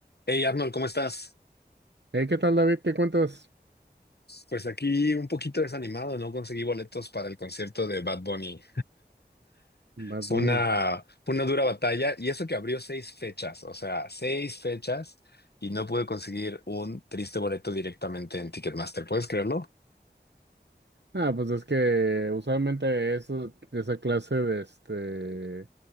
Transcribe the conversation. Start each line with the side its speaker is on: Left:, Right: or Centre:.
Left: Hey Arnold, ¿cómo estás?
Right: Hey, ¿qué tal, David? ¿Qué cuentas?
Left: Pues aquí un poquito desanimado, no conseguí boletos para el concierto de Bad Bunny.
Right: Más
Left: Fue
Right: Bunny.
Left: una, fue una dura batalla y eso que abrió seis fechas, o sea, seis fechas y no pude conseguir un triste boleto directamente en Ticketmaster, ¿puedes creerlo?
Right: Ah, pues es que usualmente eso, esa clase de este